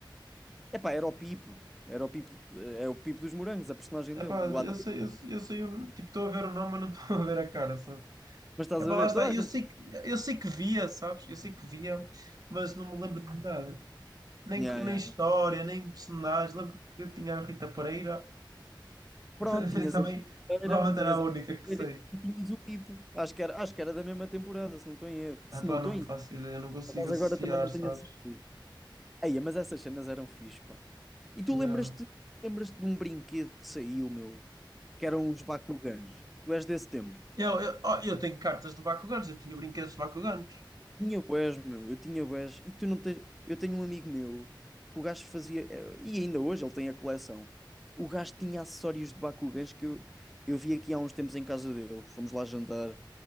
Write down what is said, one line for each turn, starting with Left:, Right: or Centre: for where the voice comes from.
Centre: Epá, era o Pipo. Era o Pipo, eh, é o Pipo dos Morangos, a personagem
Right: Epá,
Centre: dele, o
Right: eu
Centre: ator.
Right: sei, eu, eu sei, o- tipo, estou a ver o nome, mas não <laughs> estou a ver a cara, sabe?
Centre: Mas estás
Right: Epá,
Centre: a
Right: lá
Centre: ver,
Right: está,
Centre: toda a
Right: eu
Centre: gente.
Right: sei que, eu sei que via, sabes? Eu sei que via, mas não me lembro de nada. Nem,
Centre: Yeah,
Right: nem
Centre: yeah.
Right: história,
Centre: yeah.
Right: nem personagens. Lembro que eu tinha a Rita Pereira,
Centre: Pronto,
Right: <laughs>
Centre: tinhas
Right: também
Centre: a Vieira,
Right: provavelmente
Centre: tinhas
Right: era a
Centre: a
Right: única que
Centre: Vieira
Right: sei.
Centre: e tinhas o Pipo. Acho que era, acho que era da mesma temporada, se não estou em erro. Se
Right: Epá,
Centre: não estou
Right: não
Centre: em erro.
Right: faço ideia, não consigo
Centre: Por acaso
Right: associar,
Centre: agora também não
Right: sabes?
Centre: tenho a certeza. Eia, mas essas cenas eram fixe, pá. E tu
Right: Yeah.
Centre: lembras-te, lembras-te de um brinquedo que saiu, meu, que eram os Bakugans. Tu és desse tempo.
Right: Eu, eu, oh, eu tenho cartas de Bakugans, eu tinha brinquedos de Bakugans,
Centre: Tinha bués, meu, eu tinha bués. E tu não tens... Eu tenho um amigo meu que o gajo fazia... eh, E ainda hoje ele tem a coleção. O gajo tinha acessórios de Bakugans que eu, eu vi aqui há uns tempos em casa dele. Fomos lá jantar,